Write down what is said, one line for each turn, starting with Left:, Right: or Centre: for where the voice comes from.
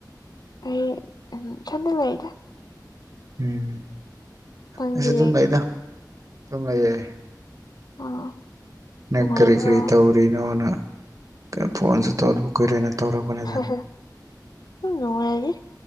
Left: ꯑꯩ ꯏꯊꯟ ꯂꯩꯗ
Right: ꯎꯝ
Left: ꯅꯪꯗꯤ
Right: ꯑꯩꯁꯨ ꯑꯗꯨꯨꯝ ꯂꯩꯗ ꯑꯗꯨꯨꯝ ꯂꯩꯌꯦ꯫
Left: ꯑꯥ
Right: ꯅꯪ
Left: ꯅꯨꯡꯉꯥꯏꯕ꯭ꯔꯣ
Right: ꯀꯔꯤ ꯀꯔꯤ ꯇꯧꯔꯤꯅꯣꯅ ꯐꯣꯟꯁꯨ ꯇꯧ ꯀꯨꯏꯔꯅ ꯇꯧꯔꯛꯄꯅꯤꯗ
Left: ꯑꯗꯨꯝ ꯅꯨꯡꯉꯥꯏꯔꯤ